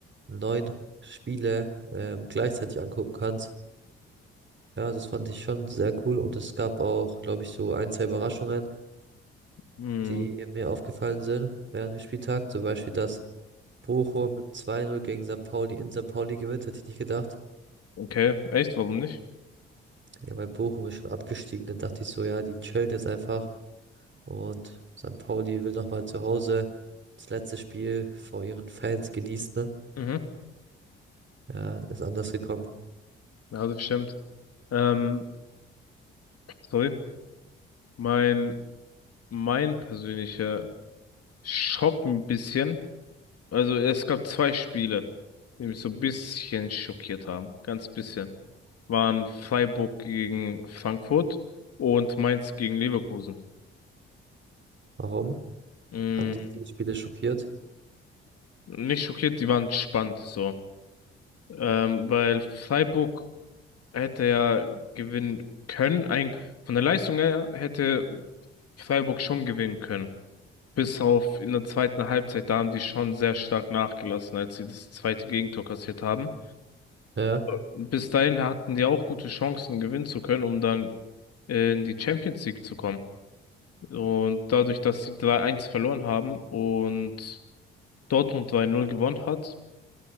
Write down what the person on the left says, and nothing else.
Mhm.
Okay, echt, warum nicht?
Mhm.
Ja, das stimmt. Ähm, sorry. Mein, mein persönlicher Schock ein bisschen. Also es gab zwei Spiele, die mich so ein bisschen schockiert haben. Ganz bisschen. Waren Freiburg gegen Frankfurt und Mainz gegen Leverkusen.
Mm,
nicht schockiert, die waren spannend so. Ähm, weil Freiburg hätte ja gewinnen können. Ein, von der Leistung her hätte Freiburg schon gewinnen können. Bis auf in der zweiten Halbzeit, da haben die schon sehr stark nachgelassen, als sie das zweite Gegentor kassiert haben.
bis dahin hatten die auch gute Chancen, gewinnen zu können, um dann äh, in die Champions League zu kommen. Und dadurch, dass sie drei eins verloren haben und Dortmund drei null gewonnen hat,